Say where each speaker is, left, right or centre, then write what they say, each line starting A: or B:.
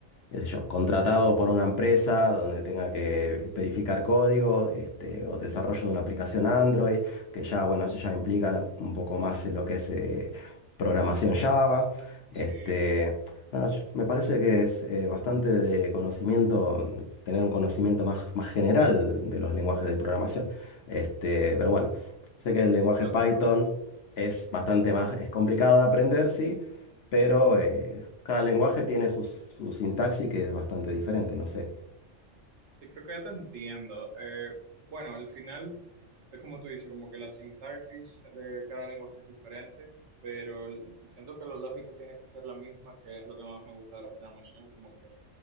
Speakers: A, on the left; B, on the right.
A: qué sé yo, contratado por una empresa donde tenga que verificar código, este, o desarrollo de una aplicación Android, que ya, bueno, eso ya implica un poco más eh, lo que es eh, programación Java. Este,
B: Sí,
A: nada, yo- me parece que es eh, bastante de conocimiento, mm, tener un conocimiento más, más general de los lenguajes de programación. Este, pero bueno, sé que el lenguaje
B: no
A: Python
B: creo,
A: es bastante más, es complicado de aprender, sí pero eh, cada lenguaje tiene su, su sintaxis que es bastante diferente, no sé.
B: Sí, creo que ya te entiendo. Eh, bueno, al final es como tú dices, como que la sintaxis de cada lenguaje es diferente, pero el- siento que la lógica tiene que ser la misma, que es lo que más me gusta de la programación, como que